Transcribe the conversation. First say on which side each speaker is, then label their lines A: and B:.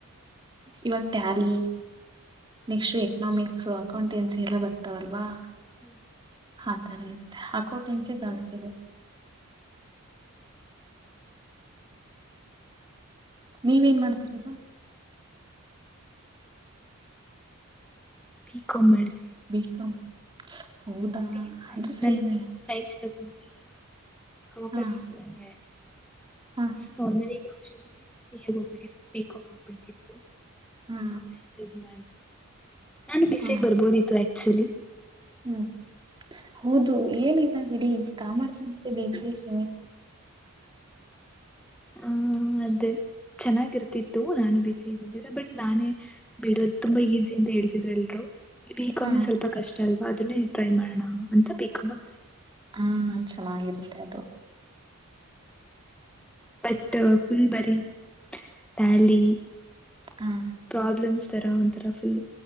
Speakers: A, on the right; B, in the centre.
A: ಇವಾಗ ಟ್ಯಾಲಿ ನೆಕ್ಸ್ಟ್ ಎಕನಾಮಿಕ್ಸ್ ಅಕೌಂಟೆನ್ಸಿ ಎಲ್ಲ ಬರ್ತಾವಲ್ವಾ
B: ಹ್ಮ್
A: ಆ ತರ ಇರುತ್ತೆ ಅಕೋಟೆನ್ಸಿ ಜಾಸ್ತಿ ಇರು ನೀವೇನ್ ಮಾಡ್ತಿರೋದು,
B: ಬಿ ಕಾಮ್ ಮಾಡ್ತಿದ್ದೀನಿ.
A: ಬಿಕಾಮ್ ಹೌದಾ
B: ಹ ಪಿ ಯು ಸೈನ್
A: ಅದು
B: ನನ್
A: ಸೇಮೆ
B: ಪಿ ಯು ಸೈನ್ಸ್ ತಗೊಂಡಿಲ್ಲ. ಕಾಮರ್ಸ್
A: ಹಾ
B: ತಗೊಂಡೆ
A: ಹಾ
B: ಸೊ ನನಿಗ್ಯೋ ಚೂಸ್ ಸಿ ಎ ಹೋಗ್ಬೇಕಿತ್ತು ಬಿಕಾಮ್ ಹೋಗ್ಬೇಕಿತ್ತು
A: ಹಾ
B: ಬಿಕಾಮೆ ಚೂಸ್ ಮಾಡ್ದೆ. ನಾನು ಬಿ
A: ಹಾ
B: ಸಿ ಎಗ್ ಬರ್ಬೋದಿತ್ತು ಆಕ್ಚುಲಿ.
A: ಹ್ಮ್ ಹೌದು ಏನಿಲ್ಲ ಬಿಡಿ ಕಾಮರ್ಸು ಮತ್ತೆ ಬಿ ಸಿ ಎ ಸೆಮಿ
B: ಆ ಅದೇ ಚೆನ್ನಾಗಿರ್ತಿತ್ತು ನಾನು ಬಿ ಸಿ ಎ ಗ್ ಬಂದಿರೆ ಬಟ್ ನಾನೇ ಬಿಡೋ ಅದು ತುಂಬಾ ಈಸಿ ಅಂತ ಹೇಳ್ತಿದ್ರು ಎಲ್ರು ಇ ಬಿಕಾಮೆ
A: ಹಾ
B: ಸ್ವಲ್ಪ ಕಷ್ಟ ಅಲ್ವಾ ಅದನ್ನೇ ಟ್ರೈ ಮಾಡೋಣ ಅಂತ ಬಿಕಾಮಿಗ್ ಜಾಯಿನ್
A: ಹಾ ಚೆನ್ನಾಗಿರುತ್ತೆ ಅದು.
B: ಬಟ್ ಫುಲ್ ಬರೀ ಟ್ಯಾಲಿ.
A: ಹ
B: ಪ್ರಾಬ್ಲಮ್ಸ್ ತರ ಒಂಥರ ಫುಲ್